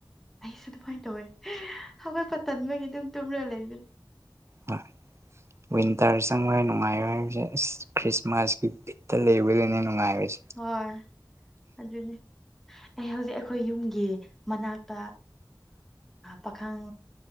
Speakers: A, in the centre; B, on the right.
A: ꯑꯩꯁꯨ ꯑꯗꯨꯃꯥꯏꯅ ꯇꯧꯋꯦ ꯑꯩꯈꯣꯏ ꯄꯇꯟꯕꯒꯤ ꯑꯗꯨꯝ ꯇꯨꯝꯔꯒ ꯂꯩꯕ
B: ꯑ ꯋꯤꯟꯇꯔ ꯆꯪꯕ ꯅꯨꯡꯉꯥꯏꯔ ꯍꯥꯏꯕꯁꯦ ꯑꯁ ꯈ꯭ꯔꯤꯁꯃꯥꯁꯀꯤ ꯕꯤꯠꯇ ꯂꯩꯕꯗꯨꯅꯦ ꯅꯨꯡꯉꯥꯏꯕꯁꯦ
A: ꯍꯣꯏ ꯑꯗꯨꯅꯤ ꯑꯩ ꯍꯧꯖꯤꯛ ꯑꯩꯈꯣꯏ ꯌꯨꯝꯒꯤ ꯃꯅꯥꯛꯇ ꯄꯥꯈꯪ